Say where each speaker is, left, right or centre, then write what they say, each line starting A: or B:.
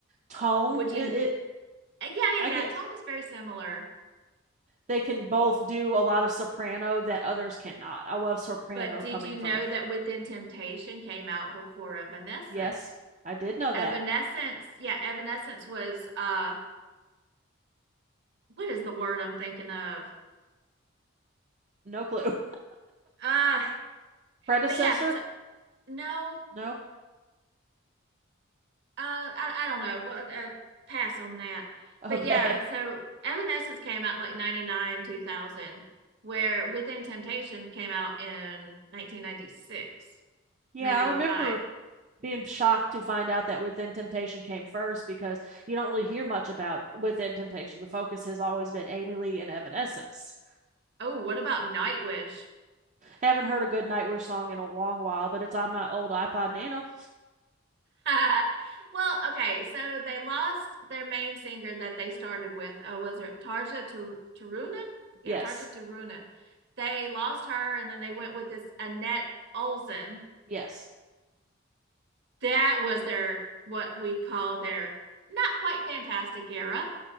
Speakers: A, on the right (about 35°); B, on the right (about 60°).
A: Tone.
B: Would you?
A: It, it.
B: Yeah, yeah,
A: I
B: yeah.
A: guess
B: Tone is very similar.
A: they can both do a lot of soprano that others cannot. I love soprano
B: But did
A: coming
B: you know
A: from a.
B: that Within Temptation came out before Evanescence?
A: Yes, I did know
B: Evanescence,
A: that.
B: yeah, Evanescence was uh what is the word I'm thinking of?
A: No clue.
B: Uh
A: <laughs> Predecessor?
B: but yeah, so no,
A: No.
B: uh I, I don't know. What uh, pass on that.
A: Okay.
B: But yeah, so
A: <laughs>
B: Evanescence came out in like 99, 2000, where Within Temptation came out in 1996,
A: Yeah,
B: 95.
A: I remember being shocked to find out that Within Temptation came first because you don't really hear much about Within Temptation. The focus has always been Amy Lee and Evanescence.
B: Oh, what about Nightwish?
A: Haven't heard a good Nightwish song in a long while, but it's on my old iPod Nano.
B: <laughs> well, okay, so they lost their main singer that they started with. Uh, was it Tarja Tur- Turunen? Yeah,
A: Yes.
B: Tarja Turunen. They lost her, and then they went with this Annette Olsen.
A: Yes.
B: That was their what we call their not quite fantastic era.